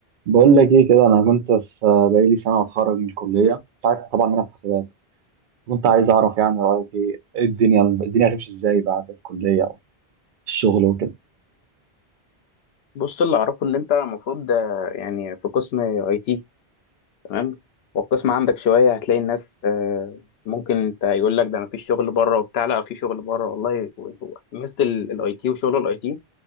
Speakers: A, on the right (about 55°); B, on the left (about 75°).
A: بقول لك ايه كده انا كنت في بقالي سنه اتخرج من الكليه انت عارف طبعا ان انا في حسابات كنت عايز اعرف يعني رايك ايه إيه الدنيا الدنيا هتمشي ازاي بعد الكليه او الشغل وكده
B: بص اللي اعرفه ان انت المفروض آه، يعني في قسم اي تي تمام والقسم عندك شويه هتلاقي الناس آه، ممكن انت يقول لك ده مفيش شغل بره وبتاع لا في شغل بره والله و- و- ميزه الاي تي وشغل الاي تي